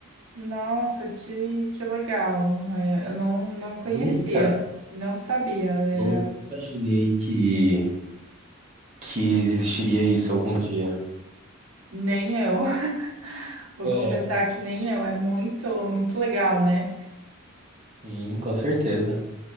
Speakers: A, on the right (about 80°); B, on the right (about 30°).
A: Nossa, que, que legal. É, Eu não, não conhecia,
B: Nunca,
A: não sabia, é,
B: nunca imaginei que que existiria isso algum dia.
A: nem eu. <laughs> Vou
B: É,
A: confessar que nem eu. É muito, muito legal, né?
B: sim, com certeza.